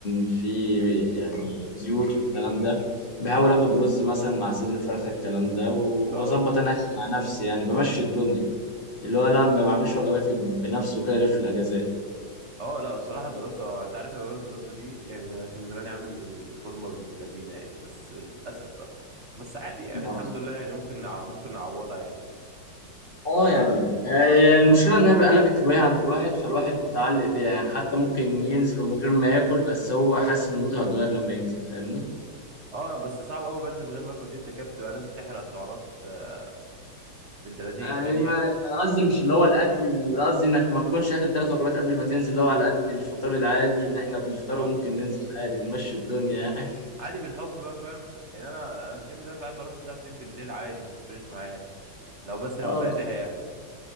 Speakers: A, on the left; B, on the right.
A: في يعني زيوت والكلام ده بحاول اخد رز مثلا مع صدر فرخه الكلام ده و-
B: اه
A: واظبط انا اكل مع نفسي يعني بمشي الدنيا اللي هو لا ما بعملش وجبات بنفسي وكده غير في الاجازات
B: اه لا الصراحه الدراسه انت عارف انا روح الدراسه دي يعني انا كان زماني عامل فورمه بنت لذينه يعني بس للاسف بقى بس عادي يعني
A: آه.
B: الحمد لله يعني ممكن نع- ممكن نعوضها يعني
A: اه
B: اه
A: يعني هي المشكله انها قلبت هوايه عند الواحد فالواحد متعلق بيها يعني حتى ممكن ينزل من غير ما ياكل بس هو حاسس ان موده هيتغير لما ينزل فاهمني
B: آه، بس صعب قوي بنزل من غير ما اكل دي انت كده بتبقى لازم تحرق سعرات آه، بنت لذينه
A: يعني
B: يعني
A: ما انا قصدي مش اللي هو الاكل اللي قصدي انك ما تكونش اكل ثلاث وجبات قبل ما تنزل اللي هو على قد الفطار العادي اللي احنا بنفطره
B: اه
A: ممكن ننزل عادي بنمشي الدنيا يعني
B: عادي بالحب بقى فاهم يعني انا انا الجيم ده ساعات بروح الساعه 2 بالليل عادي ما بتفرقش معايا يعني. لو بس
A: <laughs>
B: لو
A: اه
B: فاتح
A: ب-
B: يعني